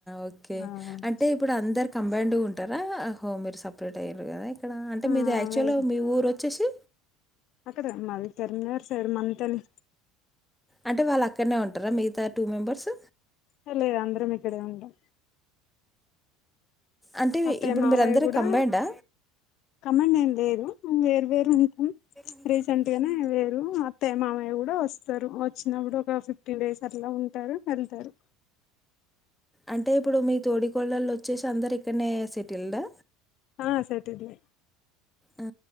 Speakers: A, in the centre; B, on the left.
A: ఓకే
B: ఆ
A: అంటే ఇప్పుడు అందరి కంబైండ్గా ఉంటారా ఆ ఒ మీరు సపరేట్ అయ్యరు కదా ఇక్కడ అంటే
B: ఆ
A: మీది యాక్చువల్గా
B: అదే
A: మీ ఊరు వచ్చేసి
B: అక్కడ మాది కరంనగర్ సైడ్ మన్తెలి
A: అంటే వాళ్ళు అక్కడనే ఉంటారా మిగతా టూ మెంబర్స్
B: హే లేదు అందరం ఇక్కడే ఉంటాం
A: అంటే
B: అత్తయ్య
A: ఇప్పుడు
B: మావయ్య
A: మీరందరూ
B: కూడా
A: కంబైండా
B: కమాండ్ ఏం లేరు వేరు వేరు ఉంట్నం
A: ఉంటాం.
B: రీసెంట్ గానే వేరు అత్తయ్య మామయ్య కూడా వస్తారు వచ్చినప్పుడు ఒక ఫిఫ్టీన్ డేస్ అట్లా ఉంట టరు వెళ్తరు
A: అంటే ఇప్పుడు మీ తోడి కోడళ్ళు వచ్చేసి అందరు ఇక్కడనే సెటిల్డా
B: ఆ సట్దిడే
A: ఆ